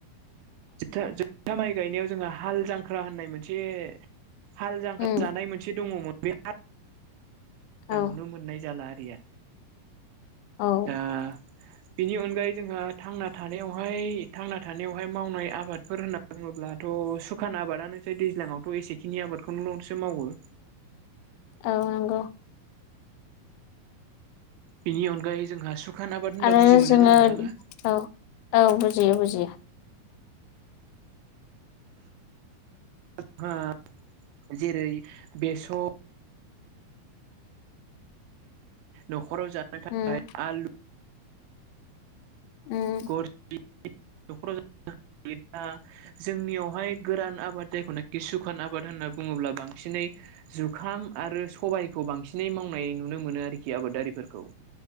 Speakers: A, on the right; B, on the left.
A: जथा जोबथा माइ गायनायाव जोंहा हाल जांख्रा होननाय मोनसे हाल जांखाल
B: उम
A: जानाय मोनसे दङमोन बे
B: औ
A: नुनो मोननाय जाला आरिया
B: औ
A: दा
B: <unintelligible> <inaudible>
A: बिनि अनगायै जोंहा थानायावहाय थांना थानायावहाय मावनाय आबादफोर होनना बुङोब्लाथ' अ सुखान आबादानोसै दैज्लाङावथ' एसेखिनि आबादखौल'सो मावो
B: औ नंगौ
A: बिनि अनगायै जोंहा सुखान आबाद होनबा
B: आरो
A: बुजि मोनोना
B: जोङो
A: नोंथाङा
B: औ औ बुजियो बुजियो
A: जोंहा जेरै बेसर न'खराव जानो थाखाय
B: उम
A: आलु
B: उम
A: <unintelligible> <inaudible> न'खराव ज दा जोंनियावहाय गोरान आबाद जायखौनाखि सुखान आबाद होनना बुङोब्ला बांसिनै जुखाम आरो सबबायखौ बांसिनै मावनाय नुनो मोनो आरोखि आबादारिफोरखौ